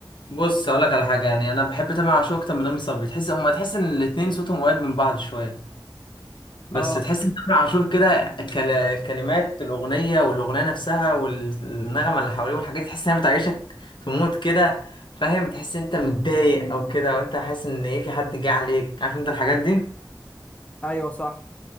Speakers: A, on the left (about 75°); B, on the left (about 15°).
A: بص اقول لك على حاجه يعني انا بحب تامر عاشور اكتر من رامي صبري تحس اما تحس ان الاتنين صوتهم قريب من بعض شويه بس
B: اه
A: تحس ان تامر عاشور كده كل... كلمات الاغنيه والاغنيه نفسها والنغمه اللي حواليه والحاجات دي تحس انها بتعيشك في مود كده فاهم تحس إن انت متضايق او كده او انت حاسس ان ايه في حد جه عليك عارف انت الحاجات دي
B: ايوه صح